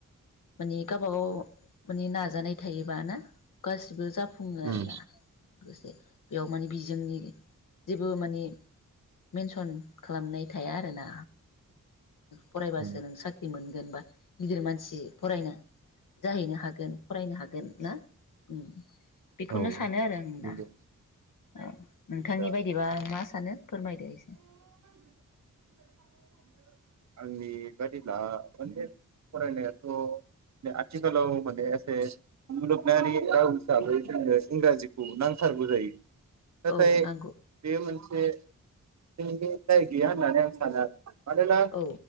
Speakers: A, on the left; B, on the right.
A: माने गावबा गाव माने नाजानाय थायोबा ना गासिबो जा फुङो
B: उम
A: आरो ना। <unintelligible> बेयाव माने बिजोंनि जेबो माने मेनसन खालामनाय थाया आरोना। फरायबासो
B: उम
A: नों साख्रि मोनगोन बा गिदिर मानसि फरायनो जाहैनो हागोन फरायनो हागोन ना? उम बेखौनो
B: औ
A: सानो आरो आं
B: नंगौ
A: ना। <unintelligible> नोंथांनि
B: दा
A: बायदिबा मा सानो फोरमायदो एसे।
B: आंनि बादिब्ला माने फरायनायाथ' आथिखालाव माने एसे मुलगनायारि राव हिसाबै जोंनो इंराजिखौ नांथारगौ जायो। नाथाय
A: औ नांगौ
B: बेयो मोनसे दाय गैया होनानै आं सानो मानोना
A: औ